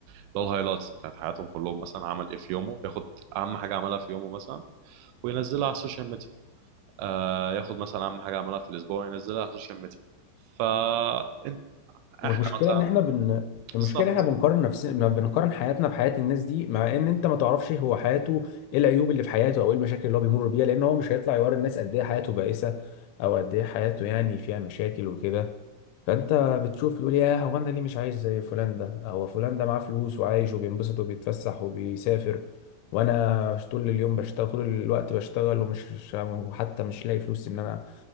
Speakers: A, on the right; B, on the left.
A: اللي هو الهايلايتس بتاعت حياتهم كلهم مثلا عمل ايه في يومه بياخد أهم حاجة عملها في يومه مثلا وينزلها على السوشيال ميديا آه ياخد مثلا أهم حاجة عملها في الأسبوع ينزلها على السوشيال ميديا فأنت
B: والمشكله
A: إحنا مثلا
B: ان احنا بن
A: بالظبط
B: المشكله احنا بنقارن نفسنا بنقارن حياتنا بحياه الناس دي مع ان انت ما تعرفش هو حياته ايه العيوب اللي في حياته او ايه المشاكل اللي هو بيمر بيها لان هو مش هيطلع يوري الناس قد ايه حياته بائسه او قد ايه حياته يعني فيها مشاكل وكده فانت بتشوف تقول ياه هو انا ليه مش عايش زي فلان ده هو فلان ده معاه فلوس وعايش وبينبسط وبيتفسح وبيسافر وانا مش طول اليوم بشتغل طول الوقت بشتغل ومش مش- وحتى مش لاقي فلوس ان انا